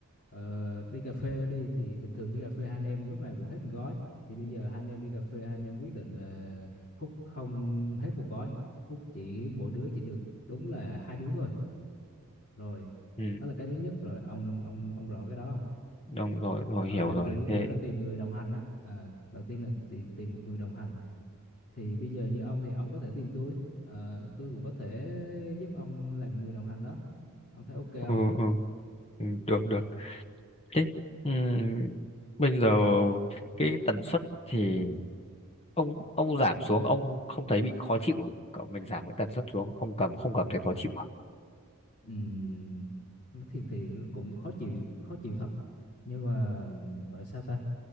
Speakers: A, on the left; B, on the left.
A: ờ, đi cà phê đi thì bình thường đi cà phê hai anh em lúc nào cũng hết một gói thì bây giờ hai anh em đi cà phê hai anh em quyết định là hút không hết một gói hút chỉ mỗi đứa chỉ được đúng là hai điếu thôi rồi
B: Ừ,
A: đó là cái thứ nhất rồi ông ông ông rõ cái đó không
B: đúng rồi, rồi
A: ờ,
B: hiểu
A: là
B: rồi.
A: kiểu kiểu
B: Thế
A: là tìm người đồng hành á à, đầu tiên là tìm tìm một người đồng hành thì bây giờ như ông thì ông có thể tìm tôi Ờ, tôi cũng có thể giúp ông làm người đồng hành đó ông thấy ok không
B: ừ, ừ, ừ, được được. Thế ừ, bây giờ
A: rồi
B: cái tần suất thì ông ông giảm xuống ông không không thấy bị khó chịu à? Cậu mình giảm cái tần suất xuống ông cầm không cầm thấy khó chịu à?
A: ừm, nói thiệt thì cũng khó chịu khó chịu thật nhưng mà gọi sao ta